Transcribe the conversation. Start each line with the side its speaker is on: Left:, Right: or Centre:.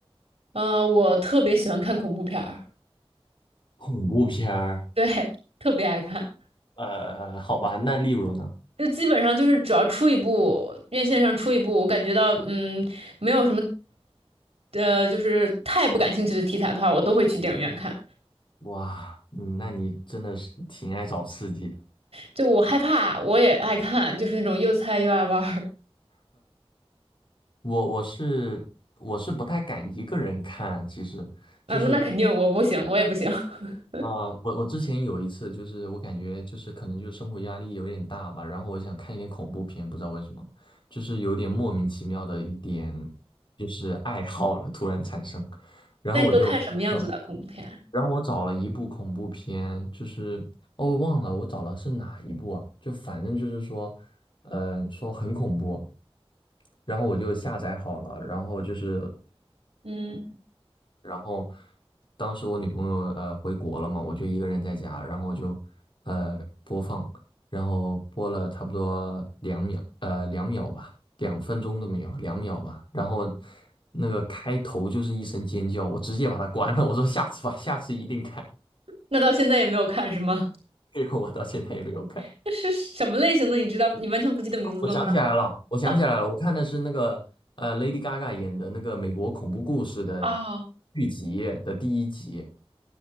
Right: 嗯、我特别喜欢看恐怖片儿，
Left: 恐怖片儿。
Right: 对，特别爱看。
Left: 呃，好吧，那例如呢？
Right: 就基本上就是只要出一部，院线上出一部，我感觉到嗯，没有什么，呃，就是太不感兴趣的题材的话，我都会去电影院看。
Left: 哇，嗯，那你真的是挺爱找刺激的。
Right: 就我害怕，我也爱看，就是那种又菜又爱玩儿
Left: 我我是我是不太敢一个人看，其实。
Right: 啊。
Left: 是。
Right: 那那肯定我不行，我也不行。<laughs>
Left: 啊，我我之前有一次，就是我感觉就是可能就是生活压力有点大吧，然后我想看一点恐怖片，不知道为什么，就是有点莫名其妙的一点就是爱好了，突然产生，然后我就，
Right: 那你都看什么样子的恐怖片？
Left: 呃然后我找了一部恐怖片，就是哦我忘了我找了是哪一部啊，就反正就是说，呃，说很恐怖，然后我就下载好了，然后就是。
Right: 嗯，
Left: 然后当时我女朋友呃回国了嘛，我就一个人在家，然后我就呃播放，然后播了差不多两秒，呃两秒吧，两分钟都没有，两秒吧。然后那个开头就是一声尖叫，我直接把它关了，我说下次吧，下次一定看。
Right: 那到现在也没有看是吗？
Left: 结果我到现在也没有看。
Right: <laughs> 那是什么类型的？你知道？你完全不记得名字了吗？
Left: 我想起来了，我想起来了，
Right: 啊
Left: 我看的是那个呃 Lady Gaga 演的那个美国恐怖故事的
Right: 啊，
Left: 剧集的第一集，